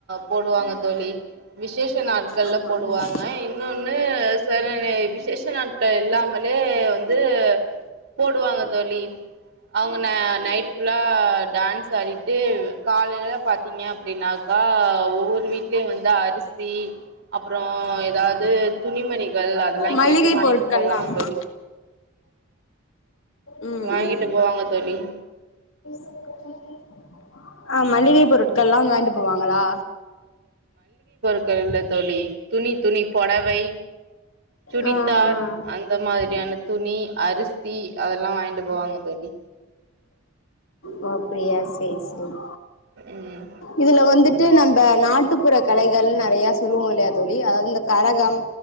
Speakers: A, on the right; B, on the left.
A: போடுவாங்க தோழி விசேஷ நாட்கள்ல
B: ஆமா
A: போடுவாங்க
B: ம்
A: இன்னொன்னு ச விசேஷ நாட்கள் இல்லாமலே வந்து போடுவாங்க தோழி அவங்க ந நைட் ஃபுல்லா டான்ஸ் ஆடிட்டு காலைல பாத்தீங்க அப்படின்னாக்கா ஒவ்வொரு வீட்லயும் வந்து அரிசி அப்புறம் எதாவது துணிமணி கள் அதெல்லாம்
B: மளிகை
A: கேட்டு வாங்கிட்டு
B: பொருட்கள்லா
A: போவாங்க
B: ஆமா
A: தோழி
B: உம்
A: வாங்கிட்டு
B: உம்
A: போவாங்க தோழி
B: <inaudible> ஆஹ் மல்லிகை போரு க்கெல்லாம் வாண்டி போவாங்களா
A: ல்ல தோழி துணி துணி பொடவை சுடித்தார்
B: ஆ ஆ
A: அந்த மாதிரியான துணி அரிசி அதெல்லாம் வாங்கிட்டு போவாங்க தோழி
B: ஓ‌ அப்டியா சேரி சேரி
A: ம்
B: இதுல வந்துட் டு நம்ப நாட்டுப்புற கலைகள் நெறயா சொல்லுவோம் இல்லையா தோழி அந்த கரகம்